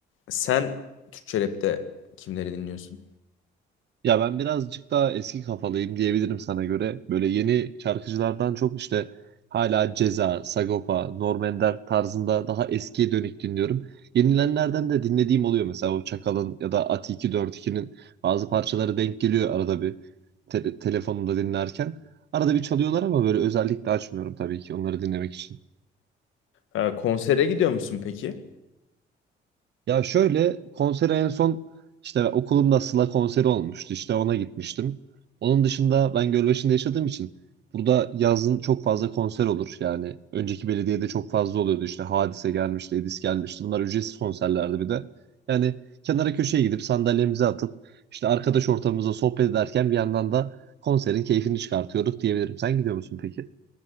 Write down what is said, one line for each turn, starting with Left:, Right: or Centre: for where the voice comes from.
Left: sen Türkçe rapte kimleri dinliyorsun?
Right: Ya ben birazcık daha eski kafalıyım diyebilirim sana göre. Böyle yeni şarkıcılardan çok işte hala Ceza, Sagopa, Norm Ender tarzında daha eskiye dönük dinliyorum. Yenilenlerden de dinlediğim oluyor mesela o Çakal'ın ya da Ati 242'nin bazı parçaları denk geliyor arada bir te telefonumda dinlerken. Arada bir çalıyorlar ama böyle özellikle açmıyorum tabii ki onları dinlemek için.
Left: Ee, konsere gidiyor musun peki?
Right: Ya şöyle konsere en son işte okulumda Sıla konseri olmuştu. İşte ona gitmiştim. Onun dışında ben Gölbaşı'nda yaşadığım için burada yazın çok fazla konser olur. Yani önceki belediyede çok fazla oluyordu. İşte Hadise gelmişti, Edis gelmişti. Bunlar ücretsiz konserlerdi bir de. Yani kenara köşeye gidip sandalyemizi atıp işte arkadaş ortamımızda sohbet ederken bir yandan da konserin keyfini çıkartıyorduk diyebilirim. Sen gidiyor musun peki?